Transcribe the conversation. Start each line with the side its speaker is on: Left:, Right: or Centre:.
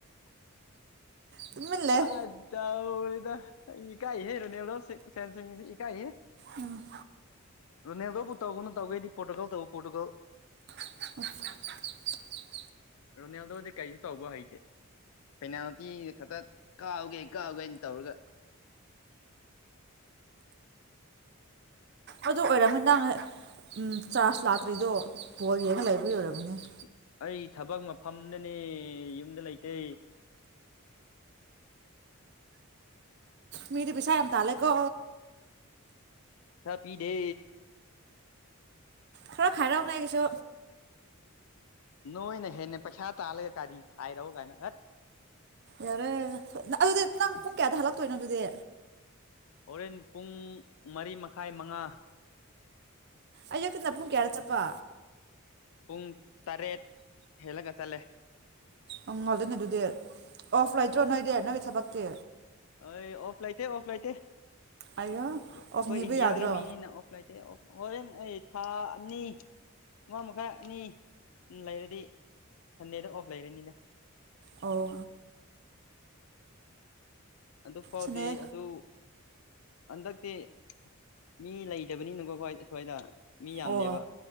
Right: ꯇꯨꯃꯤꯟ ꯂꯩ
Left: ꯑꯥ ꯇꯧꯔꯦꯗꯥ ꯑꯩ ꯏꯀꯥꯏ ꯍꯦ ꯔꯣꯅꯦꯜꯗꯣ ꯁꯤ ꯔꯣꯅꯦꯜꯗꯣ ꯐꯦꯟ ꯁꯤ ꯏꯀꯥꯏ ꯍꯦ
Right: ꯎꯝ
Left: ꯔꯣꯅꯦꯜꯗꯣꯕꯨ ꯇꯧꯒꯅꯨ ꯇꯧꯒꯦꯗꯤ ꯄꯣꯔꯇꯨꯒꯥꯜ ꯇꯧ ꯄꯣꯔꯇꯨꯒꯜ
Right: ꯑꯁ
Left: ꯔꯣꯅꯦꯜꯗꯣꯗꯤ ꯀꯩꯁꯨ ꯇꯧꯕ ꯍꯩꯇꯦ ꯄꯦꯅꯥꯜꯇꯤ ꯈꯛꯇ ꯀꯥꯎꯒꯦ ꯀꯥꯎꯒꯦꯅ ꯇꯧꯔꯒ
Right: ꯑꯗꯨ ꯑꯣꯏꯔꯝꯅꯤ ꯅꯪ ꯆꯥꯔꯖ ꯂꯥꯛꯇ꯭ꯔꯤꯗꯣ ꯕꯣꯜ ꯌꯦꯡꯉ ꯂꯩꯕꯒꯤ
Left: ꯑꯁ
Right: ꯑꯣꯏꯔꯝꯃꯅꯦ
Left: ꯑꯩ ꯊꯕꯛ ꯃꯐꯝꯗꯅꯦ ꯌꯨꯝꯗ ꯂꯩꯇꯦ
Right: ꯃꯤꯗꯤ ꯄꯩꯁꯥ ꯌꯥꯝ ꯇꯜꯂꯦꯀꯣ
Left: ꯄꯩꯁꯥ ꯄꯤꯗꯦ
Right: ꯈꯔꯥ ꯈꯥꯏꯔꯛꯎꯅꯦ ꯑꯩꯒꯤꯁꯨ
Left: ꯅꯣꯏꯅ ꯍꯦꯟꯅ ꯄꯩꯁꯥ ꯇꯥꯜꯂꯒ ꯀꯥꯔꯤ ꯈꯥꯏꯔꯛꯎ ꯀꯥꯏꯅ ꯍꯩꯠ
Right: ꯌꯥꯔꯦ ꯑꯗꯨꯗꯤ ꯅꯪ ꯄꯨꯡ ꯀꯌꯥꯗ ꯍꯜꯂꯛꯇꯣꯏꯅꯣ ꯑꯗꯨꯗꯤ
Left: ꯍꯣꯔꯦꯟ ꯄꯨꯡ ꯃꯔꯤ ꯃꯈꯥꯏ ꯃꯉꯥ
Right: ꯑꯨꯛꯇꯅ ꯄꯨꯡ ꯀꯌꯥꯗ ꯆꯠꯄ
Left: ꯄꯨꯡ ꯇꯔꯦꯠ ꯍꯦꯜꯂꯒ ꯆꯠꯂꯦ
Right: ꯎꯪ ꯉꯜꯂꯦꯅꯦ ꯑꯗꯨꯗꯤ ꯑꯣꯐ ꯂꯩꯇ꯭ꯔꯣ ꯅꯣꯏꯗꯤ ꯅꯣꯏꯒꯤ ꯊꯕꯛꯇꯤ
Left: ꯑꯣꯏ ꯑꯣꯐ ꯂꯩꯇꯦ ꯑꯣꯐ ꯂꯩꯇꯦ
Right: ꯑꯩꯌꯥ
Left: ꯑꯩꯈꯣꯏ
Right: ꯑꯣꯐ ꯅꯤꯕ
Left: ꯏꯟꯗꯤꯌꯥꯒꯤ
Right: ꯌꯥꯗ꯭ꯔꯣ
Left: ꯃꯤꯅꯤꯅ ꯑꯣꯐ ꯂꯩꯇꯦ ꯑꯣꯐ ꯍꯣꯔꯦꯟ ꯑꯩ ꯊꯥ ꯑꯅꯤ ꯑꯃ ꯃꯈꯥꯏ ꯑꯅꯤ ꯂꯩꯔꯗꯤ ꯁꯟꯗꯦꯗ ꯑꯣꯐ ꯂꯩꯔꯅꯤꯗ
Right: ꯑꯣ
Left: ꯑꯗꯨ ꯐꯥꯎꯗꯤ
Right: ꯁꯅꯩ
Left: ꯑꯗꯨ ꯍꯟꯗꯛꯇꯤ ꯃꯤ ꯂꯩꯇꯕꯅꯤꯅꯀꯣ ꯈꯣꯏ ꯁ꯭ꯋꯥꯏꯗ ꯃꯤ ꯌꯥꯝꯗꯦꯕ
Right: ꯑꯣ